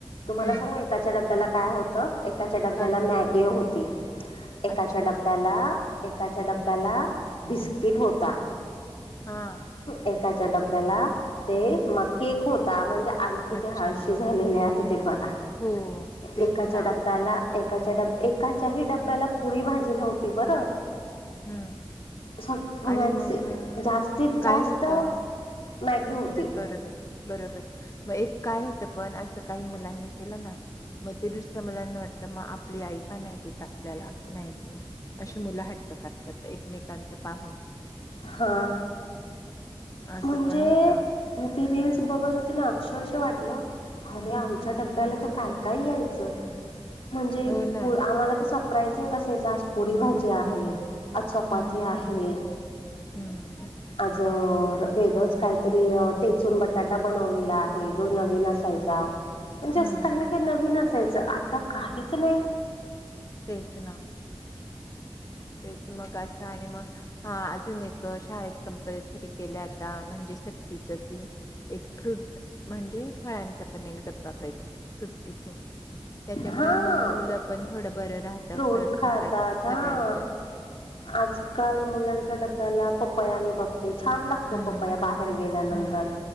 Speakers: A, on the left; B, on the left.
A: तुम्हाला
B: हम्म
A: सांगू एकाच्या डब्याला काय होतं, एकाच्या डब्याला
B: काय
A: मॅगी गे होती एकाच्या
B: अच्छा
A: डब्याला एकाच्या डब्याला बिस्किट होता.
B: हां
A: एकाच्या डब्याला, ते मग केक होता म्हणजे आई किती
B: अच्छा
A: आळशी झालेली आहे ते बघा
B: हो तेच
A: एकाच्या
B: ना
A: डब्याला एकाच्या ड एकाच्या ही डब्याला पुरी भाजी नव्हती बरं.
B: हम्म
A: स
B: आणि
A: मॅक्सि
B: मग अ,
A: जास्तीत
B: काय
A: जास्त
B: होतं
A: मॅगी होती
B: बरोबर बरोबर मग एक काय होतं पण असं काही मुलांनी केलं ना मग ते दुसऱ्या मुलांना वाटतं मग आपली आई का नाही देत आपल्याला मॅगी अशी मुलं हट्ट करतात एकमेकांच पाहून.
A: हा
B: असं
A: म्हणजे
B: पण होतं.
A: मग ती रीलस बघत होती ना अक्षरश वाटलं अरे आमच्या डब्याला तर काय-काय यायचं म्हणजे
B: हो ना.
A: आम्हाला तर सरप्राइझिंग असायचं आज पुरी भाजी आहे. आज चपाती
B: हम्म,
A: आहे.
B: हम्म
A: आज वेगळच काहीतरी टेचून बटाटा बनवलेला आहे जो नवीन असायचा. म्हणजे
B: हम्म.
A: असं काही ना काही नवीन असायचं आता काहीच नाही
B: तेच ना. तेच मग असं आणि मग हा अजून एक शाळेत कंपल्सरी केल्या आता म्हणजे सक्तीच की एक फ्रूट म्हणजे फळांचा पण एक डबा पाहिजे फ्रूट टिफिन. त्याच्यामुळे
A: हा
B: मग मुलं पण थोडं बरं राहतं
A: फ्रूट
B: फळ खातात
A: हा
B: सगळ्यां
A: आजकाल मुलांच्या डब्याला पपया मी बघत ते छान लागतो
B: हम्म
A: पपया बाहेर गेल्यानंतर
B: हम्म.